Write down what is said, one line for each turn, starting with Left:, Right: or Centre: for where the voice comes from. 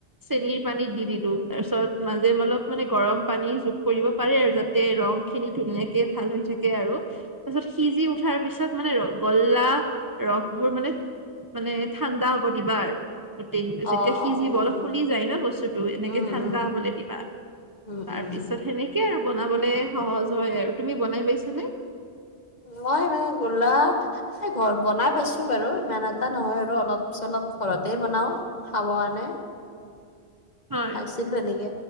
Right: চেনীৰ পানীত দি দিলোঁ। তাৰ পিছত মাজে অলপ মানে গৰম পানী যু কৰিব পাৰে আৰু যাতে ৰং খিনি ধুনীয়াকে ভাল হৈ থাকে আৰু তাৰপিছত সিজি উঠাৰ পিছত মানে ৰ-গল্লা ৰসবোৰ মানে মানে ঠাণ্ডা হ'ব দিবা আৰু। গোটেই, যেতিয়া
Left: অ',
Right: সিজিব
Left: অ',
Right: অলপ
Left: অ',
Right: ফুলি যায় ন বস্তুটো। টো এনেকে
Left: উম,
Right: ঠাণ্ডা
Left: উম,
Right: হ'বলে দিবা। তাৰ
Left: উম, উম,
Right: পিছত তাৰত সেনেকে আৰু বনাবলে সহজ হয় আৰু। তুমি বনাই পাইছ নে?
Left: নাই নাই, গোল্লা এই ঘৰত বনাই পাইছোঁ বাৰু, ইমান এটা নহয় আৰু। অলপ চলপ ঘৰতে বনাও। খাব আনে।
Right: হয়
Left: খাইছিলো এনেকে